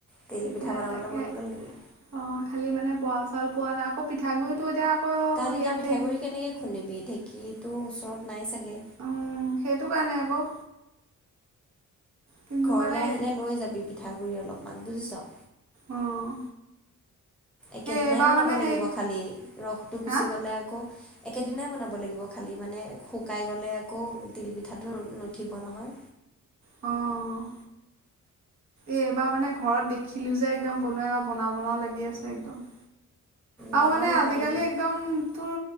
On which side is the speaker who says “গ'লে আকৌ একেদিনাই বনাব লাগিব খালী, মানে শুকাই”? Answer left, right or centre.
Centre